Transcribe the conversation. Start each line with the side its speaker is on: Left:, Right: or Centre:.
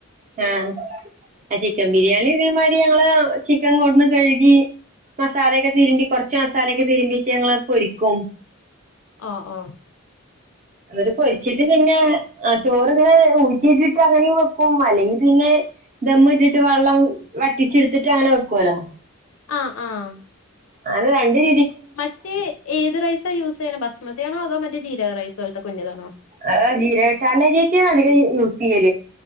Right: ആഹ് ചിക്കൻ ബിരിയാണി ഇതേമാതിരി ഞങ്ങള് ചിക്കൻ കൊണ്ടുവന്ന് കഴുകി മസാലയൊക്കെ തിരുമ്പി കൊറച്ച് മസാലയൊക്കെതിരുമ്പീട്ട് ഞങ്ങളത് പൊരിക്കും
Left: ആഹ്‌ ആഹ്‌
Right: എന്നിട്ട് പൊരിച്ചിട്ട് പിന്നെ ആഹ് ചോറിങ്ങനെ ഊറ്റിയിട്ടിട്ട് അങ്ങനെ വെക്കും അല്ലെങ്കി പിന്നെ ദമ്മ് ഇട്ടിട്ട് വെള്ളം വറ്റിച്ചെടുത്തിട്ട് അങ്ങനെ വെക്കുല്ലോ?
Left: ആഹ് ആഹ്
Right: അങ്ങനെ രണ്ട് രീതി
Left: മറ്റേ ഏത് റൈസാ യൂസ് ചെയ്യണ ബസ്മതിയാണോ അതോ മറ്റേ ജീരക റൈസ് പോലത്തെ കുഞ്ഞതാണോ
Right: ആഹ് ജീകശാല അരിയൊക്കെയാ അധികം യൂസ് ചെയ്യ